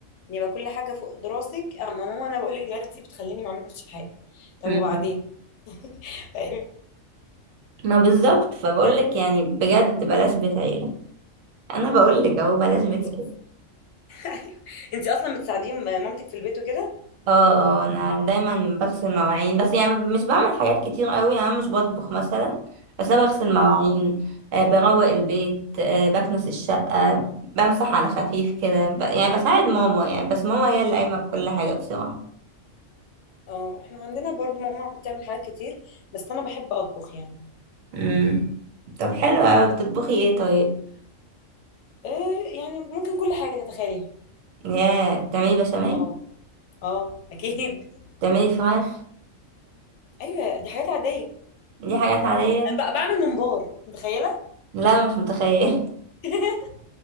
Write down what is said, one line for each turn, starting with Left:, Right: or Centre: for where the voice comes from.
Left: ان يبقى كل حاجه فوق دراسك اما ماما انا بقول لك دلوقتي بتخليني ما اعملش حاجه طب
Right: مم.
Left: وبعدين طيب،
Right: ما بالظبط فبقولك يعني بجد بلاش بيت عيلة انا بقولك اهو بلاش بيت
Left: انت بت... <laughs> ايوه انت اصلا بتساعديهم مامتك في البيت وكده
Right: اه اه انا دايما بغسل مواعين بس يعني مش بعمل حاجات كتير قوي يعني أنا مش بطبخ مثلا بس انا بغسل
Left: مم.
Right: مواعين آه بروق البيت آه بكنس الشقة بمسح على خفيف كده ب... يعني بساعد ماما يعني بس ماما هي اللي قايمة بكل حاجة بصراحة
Left: اه احنا عندنا برضو ماما بتعمل حاجات كتير بس انا بحب اطبخ يعني
Right: امم طب حلو
Left: مم.
Right: قوي بتطبخي ايه طيب
Left: إيه يعني ممكن كل حاجه تتخيليها
Right: يا بتعملي بشاميل
Left: اه اه اكيد <laughs>
Right: بتعملي فراخ
Left: ايوه دي حاجات عاديه
Right: دي حاجات عادية
Left: انا ب- بعمل ممبار متخيله
Right: لا مش متخيل
Left: <laughs>